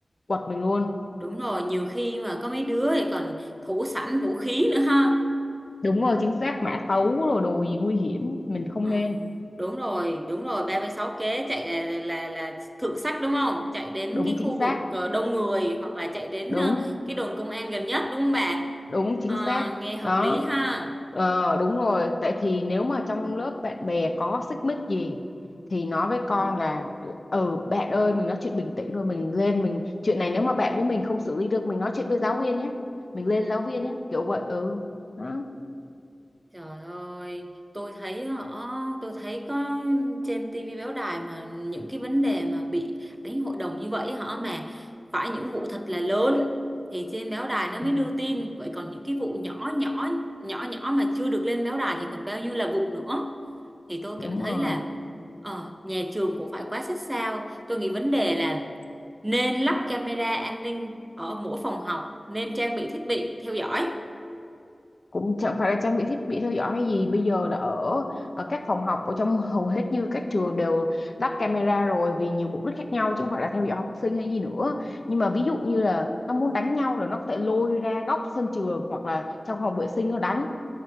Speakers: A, on the left; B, on the right.
A: quật mình luôn
B: đúng rồi nhiều khi mà có mấy đứa thì còn thủ sẵn vũ khí nữa ha
A: đúng rồi chính xác mã tấu rồi đồ gì nguy hiểm mình không
B: Ờ,
A: nên
B: đúng rồi đúng rồi 36 kế chạy là là là thượng sách đúng không chạy đến
A: đúng
B: cái
A: chính
B: khu vực
A: xác
B: ờ, đông người hoặc là chạy đến
A: đúng
B: ờ, cái đồn công an gần nhất đúng không bà
A: đúng chính
B: Ờ,
A: xác
B: nghe hợp
A: đó
B: lý ha
A: Ờ đúng rồi, tại thì nếu mà trong lớp bạn bè có xích mích gì thì nói với con là ừ bạn ơi mình nói chuyện bình tĩnh rồi mình lên mình chuyện này nếu mà bạn với mình không xử lý được mình nói chuyện với giáo viên nhé. Mình lên
B: ừ.
A: giáo viên nhé, kiểu vậy ừ. Đó.
B: Trời ơi, tôi thấy họ, tôi thấy có trên tivi báo đài mà những cái vấn đề mà bị đánh hội đồng như vậy họ mà phải những vụ thật là lớn thì trên báo đài nó mới
A: Ừ,
B: đưa tin, vậy còn những cái vụ nhỏ nhỏ nhỏ nhỏ mà chưa được lên báo đài thì còn bao nhiêu là vụ nữa. Thì tôi
A: đúng
B: cảm thấy
A: rồi.
B: là ờ, nhà trường cũng phải quá xích sao. Tôi nghĩ vấn đề là nên lắp camera an ninh ở mỗi phòng học, nên trang bị thiết bị theo dõi.
A: cũng chẳng phải là trang bị thiết bị theo dõi hay gì bây giờ là ở, ở các phòng học ở trong hầu hết như các trường đều lắp camera rồi vì nhiều mục đích khác nhau chứ không phải là theo dõi học sinh hay gì nữa nhưng mà ví dụ như là nó muốn đánh nhau là nó có thể lôi ra góc sân trường hoặc là trong phòng vệ sinh nó đánh